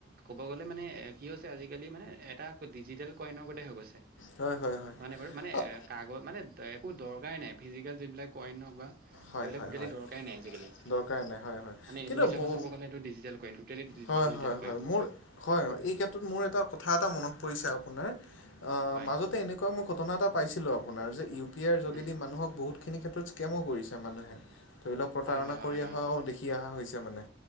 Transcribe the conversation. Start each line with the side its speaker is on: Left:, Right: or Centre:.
Right: ক'ব গ'লে মানে কি হৈছে আজিকালি মানে এটা ডিজিেল কইনৰ গতে হৈ গৈছে
Left: হয় হয় হয়
Right: ন নাই বাৰু মানে
Left: অ'
Right: কাগ মানে ত একো দৰকাৰেই নাই ফিজিকেল যিবিলাক কইন বা
Left: হয়
Right: সেইবিলাক
Left: হয়
Right: টোটেলি
Left: হয়
Right: দৰকাৰ নাই আজিকালি।
Left: দৰকাৰ নাই হয় হয়
Right: মানে
Left: কিন্তু
Right: এইটো হিচাপে চাব গ'লে ডিজিটৈল কৰিম। টোটেলি
Left: হয়
Right: ডিজিটেল
Left: হয়
Right: কইন,
Left: হয় মোৰ হয় এই ক্ষেত্ৰত মোৰ এটা কথা এটা মনত পৰিছে আপোনাৰ অ',
Right: হয়,
Left: মাজতে এনেকুৱা ম ঘটনা এটা পাইছিলো আপোনাৰ যে ইউ পি আইৰ যোগেদি
Right: উম,
Left: মানুহক বহুত খিনি ক্ষেত্ৰত কৰিছে মানুহে ধৰি লওক প্ৰতাৰণা
Right: হয়, হয়, হয়,
Left: কৰি
Right: হয়,
Left: অহাও দেখি অহা হৈছে মানে